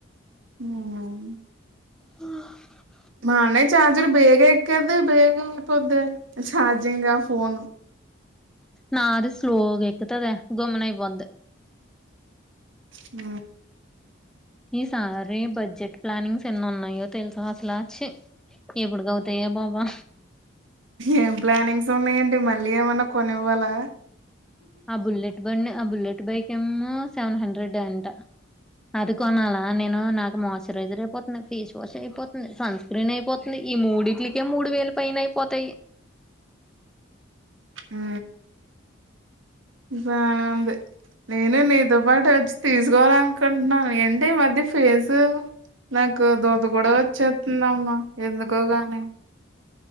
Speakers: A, on the right (about 75°); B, in the centre.
A: హమ్
B: హా
A: మన చార్జర్ బేగ ఎక్కే అదే బెగా అయిపోద్దె ఛార్జింగ్ ఆ ఫోన్
B: నాది స్లో గా ఎక్కుతాదే గమ్మునైపోద్ది
A: ఉ
B: ఈసారి బడ్జెట్ ప్లానింగ్స్ ఎన్ని ఉన్నాయో తెలుసా అసలా చి ఏప్పుడుగవుతాయే బాబ
A: ఏం ప్లానింగ్స్ ఉన్నాయేంటి మళ్ళీ ఏమన్నా కొనివ్వాలా
B: ఆ బుల్లెట్ బండి ఆ బుల్లెట్ బైక్ ఏమో సెవెన్ హండ్రెడ్ అంట అది కొనాల నేను నాకు మాయిశ్చరైజర్ అయిపోతుంది ఫేస్ వాష్ అయిపోతుంది సన్ స్క్రీన్ అయిపోతుంది ఈ మూడింటిలకే మూడు వేల పైన అయిపోతాయి
A: ఉ బానే ఉంది నేను నీతో పాటు వచ్చి తీసుకోవాలనుకుంటున్నాను ఏంటి ఈ మధ్య ఫేస్ నాకు దూద కూడా వచ్చేస్తుందమ్మా ఎందుకో గాని